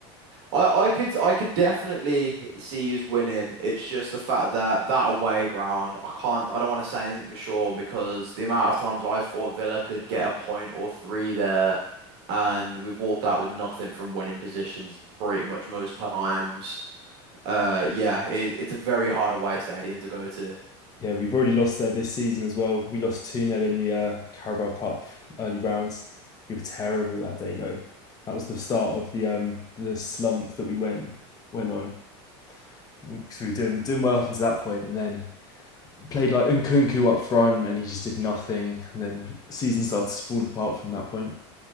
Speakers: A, on the right (about 75°); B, on the left (about 25°).
A: I, I could I could definitely see us winning. It's just the fact that that away ground, I can't I don't want to say anything for sure because the amount of times I thought Villa could get a point or three there, and we've walked out with nothing from winning positions pretty much most times. Uh, yeah, it, it's a very hard away stadium to go to.
B: Yeah, we've already lost there this season as well. We lost 2 nil in the uh, Carabao Cup early rounds. We were terrible that day, though. That was the start of the um the slump that we went went on because we were doing doing well up until that point, and then played like Nkunku up front and he just did nothing. And then the season started to fall apart from that point.